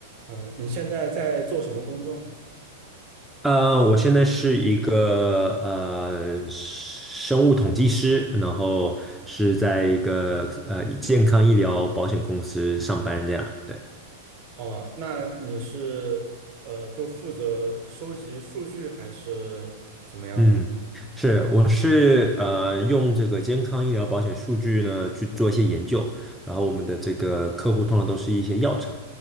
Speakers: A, on the right; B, in the centre.
A: 嗯，你现在在做什么工作？
B: 呃，我现在是一个呃生物统计师，然后是在一个呃健康医疗保险公司上班这样。对。
A: 哦，那你是呃，就负责收集数据还是怎么样呢？
B: 嗯，是，我是呃用这个健康医疗保险数据呢去做一些研究，然后我们的这个客户通常都是一些药厂，